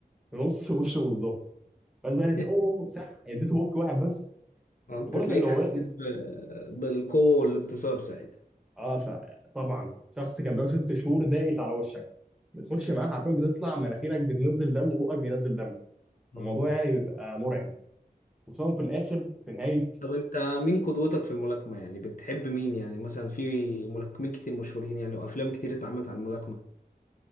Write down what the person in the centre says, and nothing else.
في نص <laughs> وشه بالظبط بس بقى قلت
اوه صح اديته هوك واحد بس
وبرضه
كان لو
اه صح. طبعا شخص كان بقى ست شهور دايس على وشك بتخش معاه حرفيا بتطلع مناخيرك بتنزل دم وبقك بينزل دم فالموضوع
يعني بيبقى مرعب وخصوصا في الاخر في نهايه